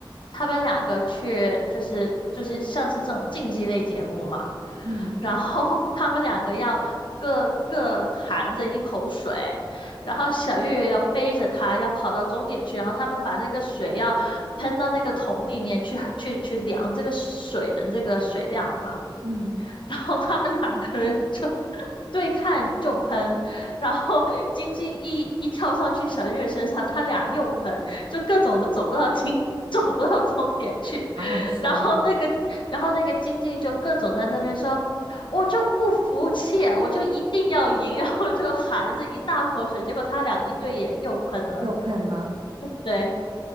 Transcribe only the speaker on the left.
他们两个去就是就是像是这种竞技类节目嘛，
然后 <laughs> 他们两个要各各含着一口水，然后小岳岳要背着他要跑到终点去，然后他们把那个水要喷到那个桶里面去去去量这个水的这个水量嘛，
然后他们两个人就 <laughs> 对看就喷，然后 <laughs> 晶晶一一跳上去小月身上，他俩又喷，就各种的走不到晶，<laughs> 走不到终点去。
然后那个，然后那个晶晶就各种在那边说。我就不服气，我就一定要赢，<laughs> 然后就含着一大口水，结果他俩一对眼又喷了。
对，